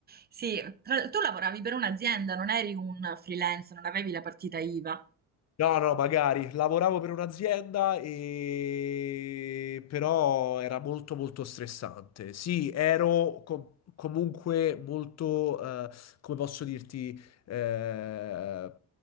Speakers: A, on the right; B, on the left.
A: Sì, tra- tu lavoravi per un'azienda, non eri un freelance, non avevi la partita IVA.
B: No, no, magari. Lavoravo per un'azienda e però era molto molto stressante. Sì, ero com- comunque molto, eh, come posso dirti, eh,